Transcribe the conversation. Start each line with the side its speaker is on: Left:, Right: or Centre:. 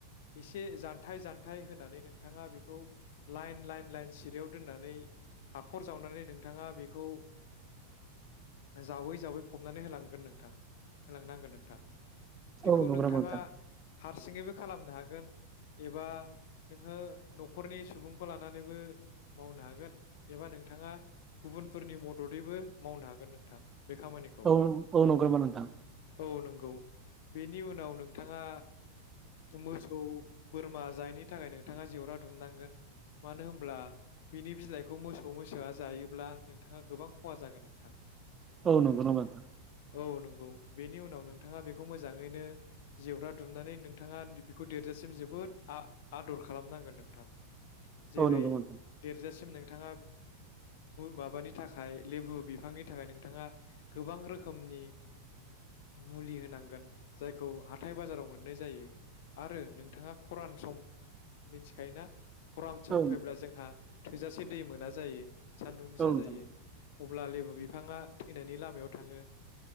Left: एसे जान्थाय जान्थाय होनानै नोंथाङा बेखौ लाइन लाइन लाइन सिरियाव दोननानै हाखर जावनानै नोंथाङा बेखौ जावै जावै फबनानै होलांगोन नोंथां होलांनांगोन नोंथां बेखौ
Right: औ नंगौ
Left: नोंथाङा
Right: नामा नोंथां
Left: हारसिङैबो खालामनो हागोन एबा नोङो न'खरनि सुबुं खौ लानानैबो मावनो हागोन एबा नोंथाङा गुबुनफोरनि मददैबो मावनो हागोन नोंथां बे खामानिखौ
Right: औ औ नंगौ नामा नोंथां
Left: औ नंगौ गौ बेनि उनाव नोंथाङा मोसौ बोरमा जायिनि थाखाय नोंथाङा जेवरा दुमनांगोन मानो होनब्ला बिनि बिलाइखौ मोसौ मोसोआ जायोब्ला नोंथाङा गोबां खहा जागोन नोंथां
Right: औ नंगौ नामा नोंथां
Left: औ नंगौ बेनि उनाव नोंथाङा बेखौ मोजाङैनो जिउरा दुमनानै नोंथाङा बेखौ देरजासिम जोबोद आ आदर खालामनांगोन नोंथां जेरै
Right: औ नंगौ नामा नोंथां
Left: देरजासिम नों नोंथाङा माबानि थाखाय लेबु बिफांनि थाखाय नोंथाङा गोबां रोखोमनि मुलि होनांगोन जायखौ हाथाय बाजाराव मोननाय जायो आरो नोंथाङा खरान सम मिथिखायोना खरान सम
Right: औ नोंथां
Left: फैब्ला जोंहा थोजासे दै मोना जायो सान्दुं गोसा
Right: औ नोंथां
Left: जायो अब्ला लेबु बिफाङा थैनायनि लामायाव थाङो